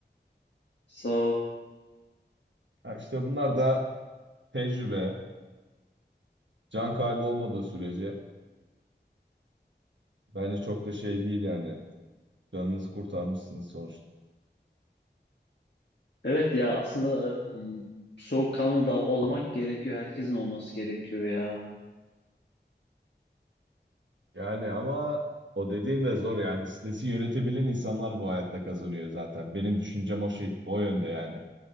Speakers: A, on the left; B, on the right.
A: sağ ol.
B: Ha, işte bunlar da tecrübe, can kaybı olmadığı sürece bence çok da şey değil yani. Canınızı kurtarmışsınız sonuçta.
A: Evet ya aslında hmm, soğukkanlı da olmak gerekiyor herkesin olması gerekiyor ya.
B: Yani ama o dediğim de zor yani. Stresi yönetebilen insanlar bu hayatta kazanıyor zaten. Benim düşüncem o şey o yönde yani.